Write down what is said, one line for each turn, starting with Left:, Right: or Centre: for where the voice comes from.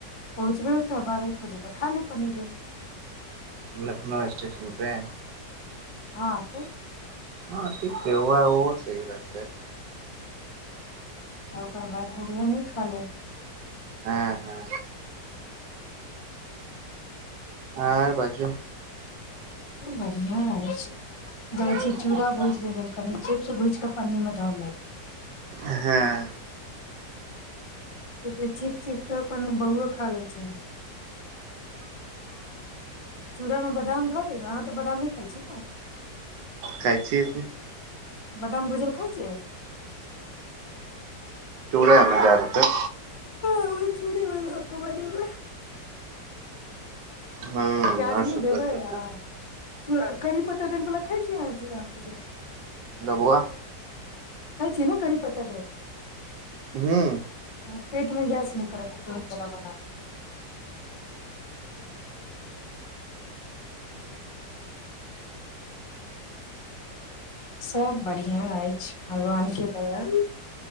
Left: पहुँचबै ओतय बारह एक बजे तऽ खा लेब पनीरे
Right: लखनउ स्टेशन पे
Left: हँ तऽ
Right: हँ ठीक छै ओए ओहो सहि रहतै
Left: आ ओकर बाद बिरयानी खा लेब
Right: हँ हँ आओर बाजियौ
Left: बढ़िआं ह जाइ छी
Right: हूँ
Left: चूड़ भूजि ल लेल कनि चिप्स भूज कऽ पन्नी मे धऽ लेल
Right: हँ
Left: कल चिपिप तऽ अपन बहुओ खा ले छै चूड़ामे बादाम धऽ देब अहाँ तऽ बादाम नहि खाइ छिय ने
Right: खाइ छियै की
Left: बादाम भुजल खाय छियै
Right: चूड़ एहिमे दे देतै
Left: हमहूं चुरेमे धऽ कऽ बनेबै
Right: हँ
Left: प्याज
Right: आओर
Left: नहि
Right: सब
Left: देबै
Right: बाजू
Left: आ करीब पता देलवला खाइ छी अहाँ चूड़ा भूजा
Right: हेलो बुआ
Left: खाय छिय न करी पत्ता देल
Right: हूँ
Left: हुँ पेठमे गैस नहि करत करी पत्ता बला सभ बढ़िआँ अछि भगवानके दया